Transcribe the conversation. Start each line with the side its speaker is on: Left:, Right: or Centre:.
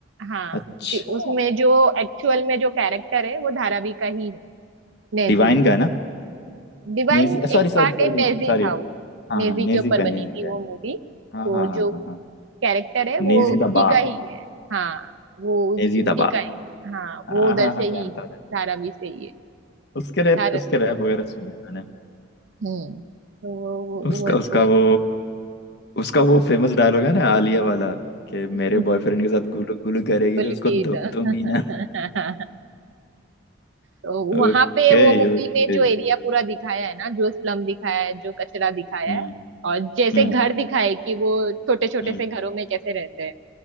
Right: हाँ
Left: अच्छा
Right: दि- उसमें जो एक्चुअल में जो कैरेक्टर है वो धारावी का ही है नेजी
Left: डिवाइन का है ना
Right: डिवाइन
Left: नेजी सॉरी
Right: एक
Left: सॉरी
Right: पार्ट
Left: सॉरी
Right: है नेजी
Left: सॉरी
Right: था वो
Left: हाँ
Right: नेजी
Left: नेजी
Right: के ऊपर
Left: का
Right: बनी
Left: नेजी
Right: थी
Left: का
Right: वो
Left: है
Right: मूवी
Left: हाँ
Right: तो
Left: हाँ हाँ
Right: जो
Left: हाँ
Right: वो
Left: हाँ
Right: कैरेक्टर है वो
Left: नेजी
Right: उसी
Left: दबा
Right: का ही है हाँ वो उस,
Left: नेजी
Right: उसी
Left: दबा
Right: का ही हाँ
Left: हाँ
Right: वो उधर
Left: हाँ
Right: से
Left: हाँ जानता
Right: ही है
Left: हूँ जानता
Right: धारावी से ही है
Left: हूँ। उसके रैप
Right: धारा
Left: उसके रैप वगैरह सुने मैंने
Right: हम्म तो वो
Left: उसका
Right: वो
Left: उसका
Right: वो,
Left: वो उसका वो फेमस डायलॉग है ना आलिया वाला कि
Right: वो
Left: मेरे बॉयफ्रेंड के साथ गुलू गुलू करेगी
Right: पुलकित
Left: तो उसको दुब
Right: <laughs>
Left: दूंगी ना
Right: तो वहां
Left: Okay
Right: पे वो मूवी
Left: okay
Right: में जो एरिया पूरा दिखाया है ना जो स्लम दिखाया है जो कचरा दिखाया
Left: हम्म
Right: है और जैसे
Left: हम्म
Right: घर दिखाए कि वो छोटे छोटे
Left: हम्म
Right: से घरों में कैसे रहते हैं